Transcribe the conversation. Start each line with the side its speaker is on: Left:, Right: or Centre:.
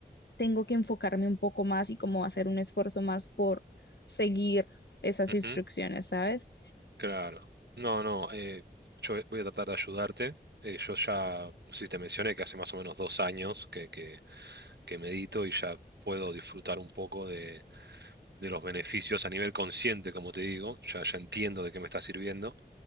Left: tengo que enfocarme un poco más y como hacer un esfuerzo más por seguir esas
Right: ujú,
Left: instrucciones, ¿sabes?
Right: Claro. No, no, eh, yo voy a tratar de ayudarte. Eh, yo ya, no sé si te mencioné que hace más o menos dos años que, que, que medito y ya puedo disfrutar un poco de, de los beneficios a nivel consciente, como te digo. Ya, ya entiendo de qué me está sirviendo.